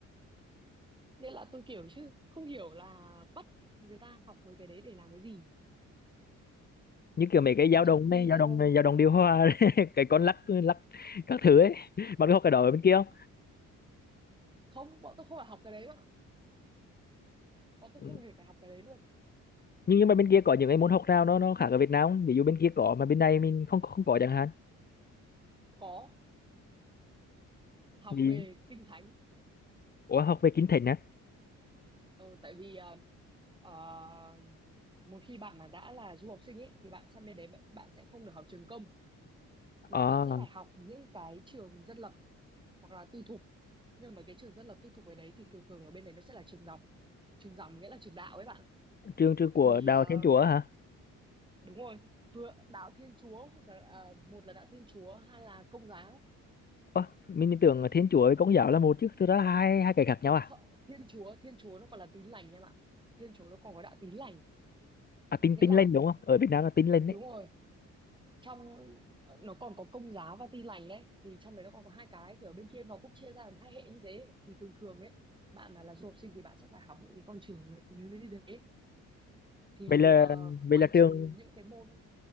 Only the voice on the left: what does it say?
như kiểu mấy cái dao
động
này dao động
dao động điều hòa <laughs> cái con lắc lắc các thứ ấy bạn có học cái đó ở bên kia không
Ừ.
nhưng nhưng mà bên kia có những cái môn học nào nó nó khác ở Việt Nam không? ví dụ bên kia có mà bên này mình không không có chẳng hạn
vì
Ủa, học về kinh thành á
à,
trường trường của
đạo
Thiên Chúa hả?
Ơ, mình tưởng là Thiên Chúa với Công giáo là một chứ, thực ra là hai hai cái khác nhau à?
À Tin
Tin
lên đúng không? Ở Việt Nam là Tin lên
đấy.
Vậy là
vậy
là
trường